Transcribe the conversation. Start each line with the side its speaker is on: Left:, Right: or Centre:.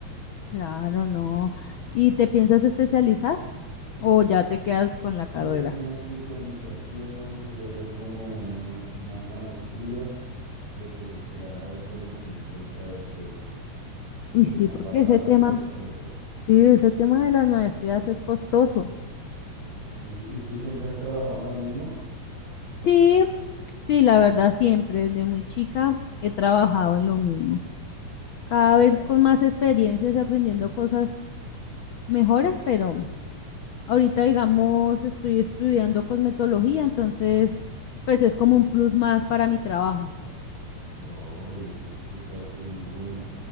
Left: claro, no. ¿Y te piensas especializar o ya te quedas con la carrera?
Right: Ya hice una especialización, quiero hacer como uno, una maestría, pero pues esperar a ver con el tiempo ahorita a ver qué, porque
Left: Uy, sí,
Right: están
Left: porque
Right: bastante
Left: ese tema,
Right: costosas.
Left: sí, ese tema de las maestrías es costoso.
Right: Sí, ¿y tú siempre has trabajado en lo mismo?
Left: Sí, sí, la verdad siempre desde muy chica he trabajado en lo mismo. Cada
Right: Ah,
Left: vez con más experiencias y aprendiendo cosas mejores, pero ahorita digamos estoy estudiando cosmetología, entonces pues es como un plus más para mi trabajo.
Right: Oh, y eso he escuchado que es muy bueno.